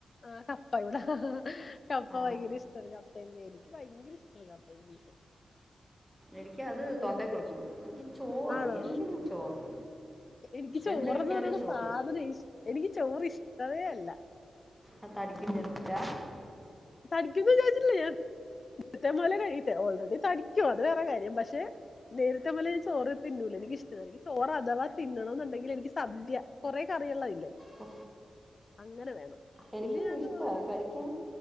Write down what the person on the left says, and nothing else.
ആ ഹാ ഇവിടെ ഹ ഹ ഹാ കപ്പ
വൈങ്ക ഇഷ്ടാണ്. കപ്പ അപ്പമ്മേനിക്ക് ഭയങ്കര ഇഷ്ടമണ് കപ്പേം ബീഫും
അപ്പൊ
ഇത്
വേ
ആണോ
എനിക്ക് ചോറന്നത്
പറയ്ണ
സാധനം ഇഷ് എനിക്ക് ചോറ് ഇഷ്ടവേ അല്ല.
തടിക്കൂന്ന് വിചാരിച്ചില്ല ഞാൻ ഇതേ പോലെ കഴിയട്ട ഓൾറെഡി തടിക്കൂ അത് വേറെ കാര്യം പക്ഷെ നേരത്തെ പോലെൻ ചോറ് തിന്നൂല നേരത്തേ പോലെ ഞാ ചോറ് തിന്നൂല എനിക്കിഷ്ടല്ല. ചോറ് അഥവാ തിന്നണന്നുണ്ടെങ്കില് സദ്യ. കൊറേ ക അറിയള്ള ഇല്ലേ
അങ്ങനെ വേണം
ഇല്ല ഞാൻ
ചോറ് തിന്നൂല